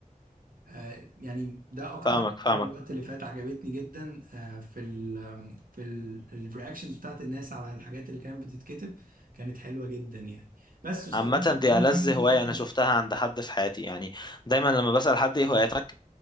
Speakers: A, on the right (about 80°); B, on the left (about 30°).
A: آه، يعني ده اكتر
B: فاهمك فاهمك
A: حاجه الوقت اللي فات عجبتني جدا آه، في ال آم، في الرياكشنز بتاعت الناس على الحاجات اللي كانت بتتكتب كانت حلوه جدا يعني بس واستفدت
B: عامة دي
A: كمان
B: ألذ
A: ده من
B: هواية
A: الكتاب
B: أنا شفتها عند حد في حياتي يعني دايما لما بسأل حد إيه هواياتك